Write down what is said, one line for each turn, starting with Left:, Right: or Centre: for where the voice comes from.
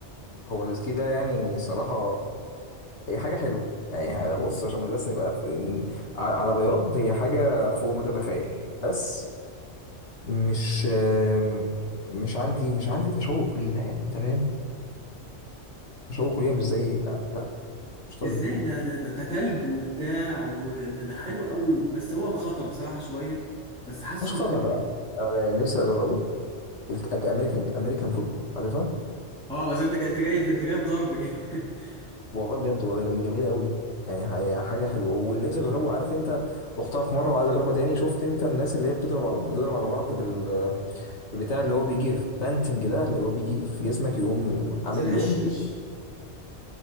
Left: هو السكي ده يعني صراحة هي حاجه حلوه يعني بص عشان ما بس نبقى ف- ن- على على بياض هي حاجه فوق ما تتخيل بس مش آم، مش عندي مش عندي تشوق ليها يعني انت فاهم تشوق ليها مش زي لا لا مش طبيعي
Centre: ازاي ده ده ده, ده تلج وبتاع وده ده حلو قوي بس هو خطر بصراحه شويه بس حاسه
Left: مش
Centre: انه
Left: خطر
Centre: حلو جدا
Left: أنا نفسي اجربه الامريكان امريكان فوتبول عارفها
Centre: اه بس انت جاي انت جاي انت جاي في ضرب كده <laughs>
Left: والله بجد والله جميل جميله قوي يعني هي حاجه حلوه واللي نفسي اجربه عارف انت رحتها في مره وعايز اجربها تاني شفت انت الناس اللي هي بتضرب على بتضرب على بعض بال بتاع اللي هو بيجي في بانتنج ده اللي هو بيجي في جسمك يقوم عامل
Centre: سلاح
Left: لون
Centre: الشيش